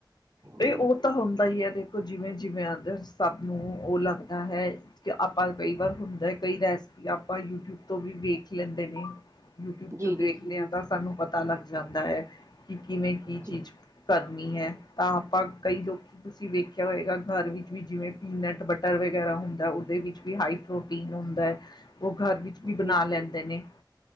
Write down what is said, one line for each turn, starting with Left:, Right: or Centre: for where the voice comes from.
Left: ਤੇ
Right: ਜੀ,
Left: ਉਹ ਤਾਂ ਹੁੰਦਾ ਹੀ ਹੈ ਦੇਖੋ ਜਿਵੇਂ- ਜਿਵੇਂ ਆਦਰ ਸਭ ਨੂੰ ਉਹ ਲੱਗਦਾ ਹੈ। ਕਿ ਆਪਾਂ ਕਈ ਵਾਰ ਹੁੰਦਾ ਹੈ ਕਈ ਰੈਸਪੀ ਆਪਾਂ ਯੂਟਿਊਬ ਤੋਂ ਵੀ ਵੇਖ ਲੈਂਦੇ ਨੇ ਯੂਟਿਊਬ
Right: ਜੀ,
Left: ਚ ਦੇਖਦੇ
Right: ਜੀ,
Left: ਹਾਂ ਤਾਂ ਸਾਨੂੰ ਪਤਾ ਲੱਗ ਜਾਂਦਾ ਹੈ। ਕਿ ਕਿਵੇਂ ਕੀ ਚੀਜ਼
Right: ਜੀ,
Left: ਕਰਨੀ ਹੈ ਤਾਂ ਆਪਾਂ ਕਈ ਲੋਕ ਤੁਸੀਂ ਵੇਖਿਆ ਹੋਏਗਾ, ਘਰ ਵਿੱਚ ਵੀ ਜਿਵੇਂ, ਪੀਨਟ ਬਟਰ, ਵਗੈਰਾ ਹੁੰਦਾ। ਉਹਦੇ ਵਿੱਚ ਵੀ ਹਾਈ ਫੋ ਪੀਣ ਹੁੰਦਾ ਹੈ, ਉਹ ਘਰ ਵਿੱਚ ਵੀ, ਬਣਾ
Right: ਜੀ।
Left: ਲੈਂਦੇ ਨੇ।